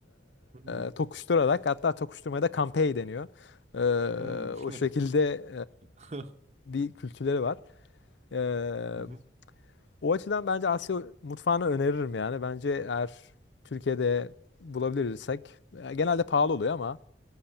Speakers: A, on the right; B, on the left.
A: Hmm.
B: e, tokuşturarak hatta tokuşturmaya da kampey deniyor. E,
A: Hmm.
B: o
A: <laughs>
B: şekilde
A: Hı
B: e, bir kültürleri var. E,
A: hı.
B: o açıdan bence Asya mutfağını öneririm yani. Bence eğer Türkiye'de bulabilirsek e, genelde pahalı oluyor ama